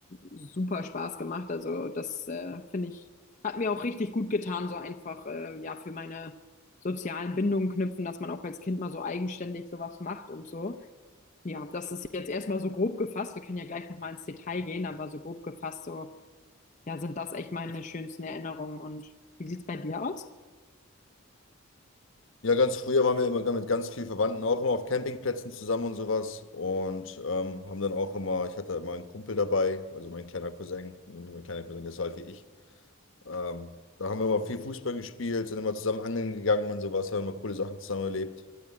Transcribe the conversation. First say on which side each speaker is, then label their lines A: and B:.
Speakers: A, on the left; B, on the left.
A: super Spaß gemacht. Also das äh, finde ich, hat mir auch richtig gut getan, so einfach, äh, ja, für meine sozialen Bindungen knüpfen, dass man auch als Kind mal so eigenständig sowas macht und so. Ja, das ist jetzt erstmal so grob gefasst. Wir können ja gleich nochmal ins Detail gehen, aber so grob gefasst, so ja, sind das echt meine schönsten Erinnerungen. Und wie sieht's bei dir aus?
B: Ja, ganz früher waren wir immer mit ganz vielen Verwandten auch immer auf Campingplätzen zusammen und sowas und ähm, haben dann auch immer, ich hatte immer einen Kumpel dabei, also mein kleiner Cousin, mein kleiner Cousin, der ist so alt wie ich. Ähm, da haben wir immer viel Fußball gespielt, sind immer zusammen angeln gegangen und sowas, haben immer coole Sachen zusammen erlebt.